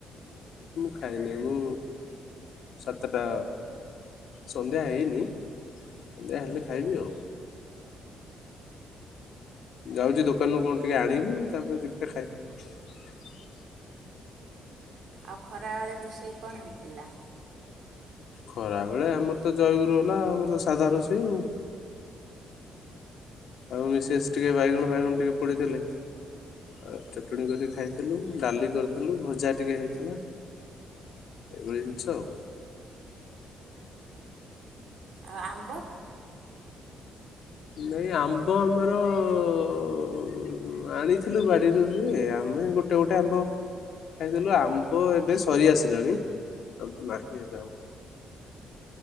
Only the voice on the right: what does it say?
ଆଉ ଖରାବେଳେ ରୋଷେଇ କଣ ହେଇଥିଲା?
ଆଉ ଆମ୍ବ।